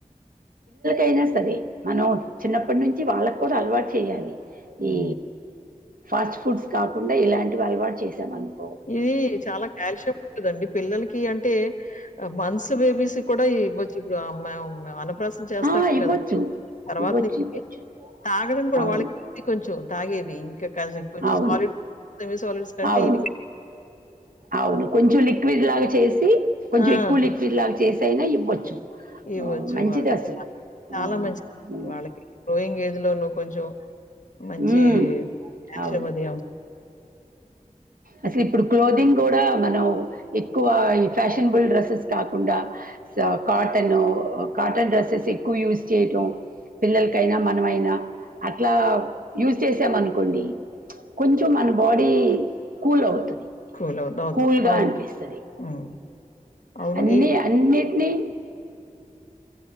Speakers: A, on the right (about 80°); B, on the left (about 60°).
A: అయినా సరే మనం చిన్నప్పటి నుంచి వాళ్ళకు కూడా అలవాటు చేయాలి
B: హ్మ్.
A: ఈ ఫాస్ట్ ఫుడ్స్ కాకుండా ఇలాంటి అలవాటు చేసామనుకో
B: ఇది చాలా కాల్షియం ఉంటదండి పిల్లలకి అంటే మంత్స్ బేబీస్ కూడా ఇవ్వచ్చు ఇప్పుడు మేము మేము అన్నప్రాసం చేస్తాం
A: ఆ! ఇవ్వచ్చు.
B: కదా తర్వాత
A: ఇవ్వచ్చు,
B: ను
A: ఇవ్వచ్చు.
B: తాగడం కూడా
A: అవును.
B: వాళ్ళకి కొంచెం తాగేది ఇంకా కొంచెం
A: అవును.
B: సాలిడ్ సెమీ సాలిడ్స్ కంటే
A: అవును.
B: ఇదిక
A: అవును కొంచెం లిక్విడ్ లాగా చేసి కొంచెం
B: ఆ!
A: ఎక్కువ లిక్విడ్ లాగా చేసైనా ఇవ్వచ్చు
B: ఇవ్వచ్చు
A: ఆహ్, మంచిదసలు.
B: వాళ్ళకి చాలా
A: అవును.
B: మంచి
A: హ్మ్.
B: వాళ్ళకి గ్రోయింగ్ ఏజ్లోనూ కొంచెం మంచి
A: హ్మ్.
B: కాల్షియం
A: అవును.
B: అది అవసరం
A: అసలు ఇప్పుడు క్లోతింగ్ కూడా మనం ఎక్కువ ఈ ఫ్యాషనబుల్ డ్రెస్సెస్ కాకుండా కాటన్ కాటన్ డ్రెస్సెస్ ఎక్కువ యూస్ చేయటం పిల్లలకైనా మనమైనా అట్లా యూజ్ చేసామనుకోండి కొంచెం మన బాడీ కూల్ అవుతుంది
B: కూల్ అవుత్ అవుతు
A: కూల్గా
B: అవును.
A: అనిపిస్తది
B: హ్మ్. అవును.
A: అన్ని
B: ఈ
A: అన్ని టిని